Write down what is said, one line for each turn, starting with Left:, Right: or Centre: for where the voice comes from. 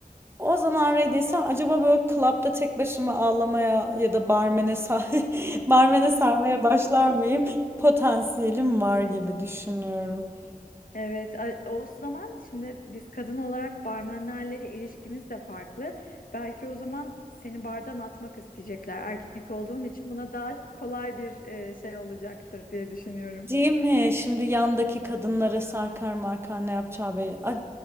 Right: o zaman Ray desem acaba böyle klapta tek başıma ağlamaya ya da barmene sar <laughs> barmene sarmaya başlar mıyım? Potansiyelim var gibi düşünüyorum.
Left: Evet, a- o zaman şimdi biz kadın olarak barmenlerle ilişkimiz de farklı. Belki o zaman seni bardan atmak isteyecekler. Erkek olduğun için buna daha kolay bir e, şey olacaktır diye düşünüyorum.
Right: Değil mi? Şimdi yandaki kadınlara sarkar markar ne yapacağı belli. A-